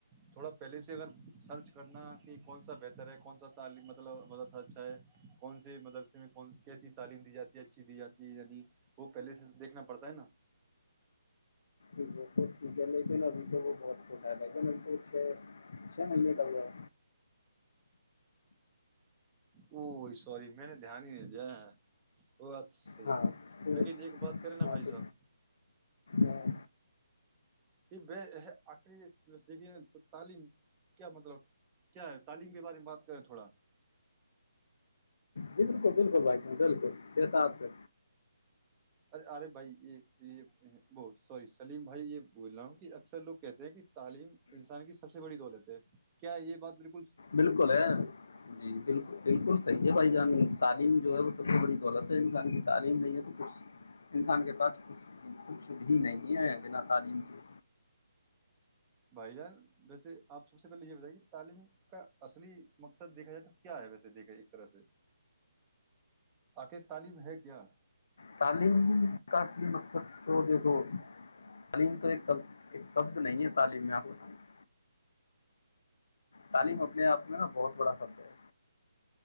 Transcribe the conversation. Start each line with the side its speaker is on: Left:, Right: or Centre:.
Right: تھوڑا پہلے سے اگر سرچ کرنا کہ کون سا بہتر ہے کون سا تعلی مطلب مدرسہ اچھا ہے کون سے مدرسے میںن کیسی تعلیم دی جاتی ہے اچھی دی جاتی ہے یعنی وہ پہلے سے دیکھنا پڑتا ہے نا
Left: وہ تو ٹھیک ہے لیکن ابھی تو وہ بہت فھوٹا گ تو چھ چھ مہینے ک گؤ
Right: ا سی میں نے دھیان ہی نہیں دیا وہ بات صحی
Left: ہاں
Right: ہے
Left: تو
Right: لیکن ایک بات کرے نا
Left: ہاں
Right: بھائی
Left: تو
Right: صاحب
Left: ہاں
Right: ج آخر دیکھیے تعلیم کیا مطلب کیا ہے تعلیم کے بارے میں بات کریں تھوڑا
Left: جی بالکل بالکل بھائی ج بالکل جیسا آپ سے
Right: ارے ارے بھائی یہ یہ ب سوری سلیم بھائی یہ بول رہا ہوں کہ اکثر لوگ کہتے ہیں کہ تعلیم انسان کی سب سے بڑی دولت ہے کیا یہ بات بالکل
Left: بالکل ہے جی بالکل بالکل سحی ہے بھائی جان تعلیم جو ہے وہ سب سے بڑی دولت ہے انسان کی تعلیم نہیں ہے تو کچ انسان کے پاتھ کچھ بھی نہیں ہے بنا تعلیم کے
Right: بھائی جان ویسے آپ سب سے پہلے یہ بتائیے کہ تعلیم کا اصلی مقصد دیکھا جائے تو کیا ہے ویسے دیکھ ایک طرح سے آخر تعلیم ہے کیا
Left: تعلیم کا اصلی مقصد تو دیکھو تعلیم تو ایک ایک شبد نہیں ہے تعلیم میں آپ کو بتانا تعلیم
Right: ہوں
Left: اپنے آپ میں نا بہت بڑا سبد ہے